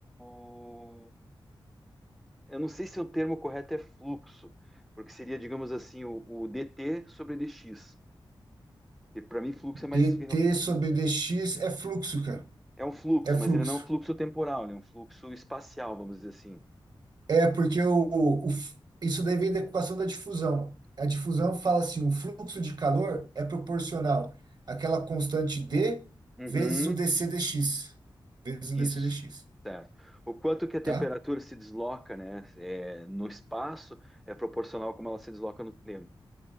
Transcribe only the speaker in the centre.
o- Eu não sei se o termo correto é fluxo, porque seria, digamos assim, o, o dt sobre dx. Que para mim, fluxo é mais...
É um fluxo,
mas ele não é um fluxo temporal, ele é um fluxo espacial, vamos dizer assim.
Uhum,
isso,
certo. O quanto que a temperatura
se desloca, né, é, no espaço é proporcional como ela se desloca no tempo.